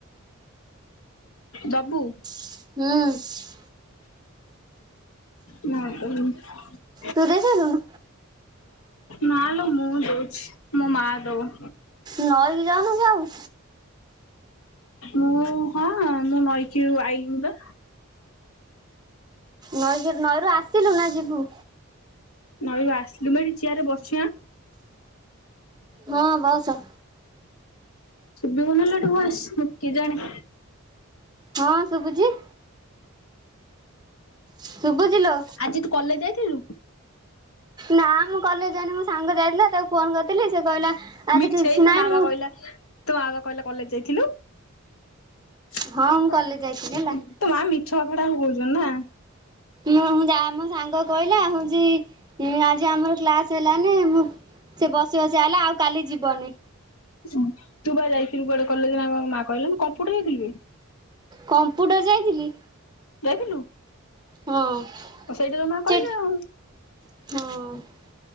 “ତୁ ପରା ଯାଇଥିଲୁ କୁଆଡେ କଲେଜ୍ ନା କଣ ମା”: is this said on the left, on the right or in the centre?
Left